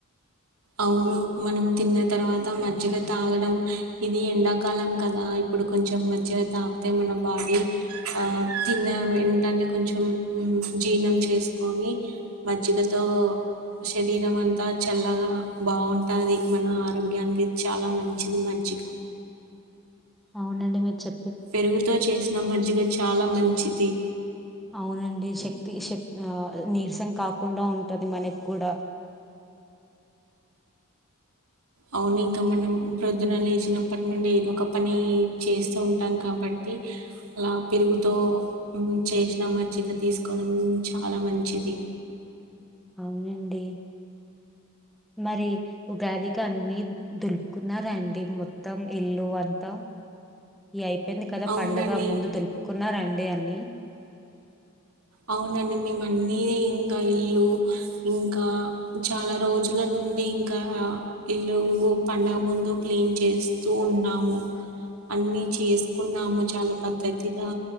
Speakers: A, on the right; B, in the centre.
A: అవును మనం తిన్న తర్వాత మజ్జిగ తాగడం ఇది ఎండాకాలం కదా. ఇప్పుడు కొంచెం మజ్జిగ తాగితే మన బాడీ ఆ తిన్న వెంటనే కొంచెం జీర్ణం చేసుకొని మజ్జిగతో శరీరం అంతా చల్లగా బావుంటాది మన ఆరోగ్యానికి చాలా మంచిది మజ్జిగ
B: అవునండి మీరు చె
A: పెరుగుతో చేసిన మజ్జిగ చాలా మంచిది.
B: అవునండి శక్తి శక్తి ఆ నీరసం కాకుండా ఉంటది మనె కూడ
A: అవును ఇంకా మనం ప్రొద్దున లేచినప్పటి నుండి ఏదో ఒక పని చేస్తూ ఉంటాం. కాబట్టి అలా పెరుగుతో చేసిన మజ్జిగ తీసుకోవడం చాలా మంచిది.
B: అవునండి. మరి ఉగాదికి అన్ని దులుపుకున్నారండి మొత్తం ఇల్లు అంతా యయి చెప్పింది కదా
A: అవునండి.
B: పండగ ముందు దులుపుకున్నరండి అన్నీ
A: అవునండి మేము అన్నీ ఇంకా ఇల్లు ఇంకా చాలా రోజుల నుండి ఇంకా ఇల్లు పండగ ముందు క్లీన్ చేస్తూ ఉన్నాము. అన్నీ చేసుకున్నాము చాలా పద్ధతిగా